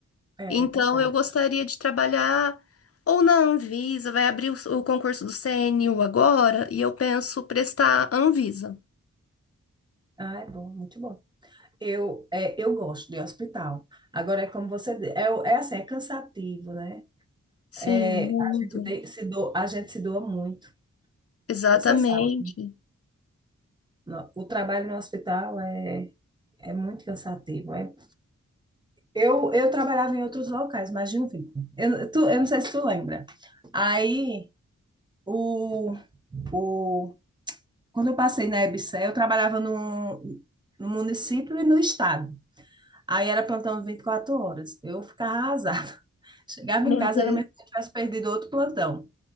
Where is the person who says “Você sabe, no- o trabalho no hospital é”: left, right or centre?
Right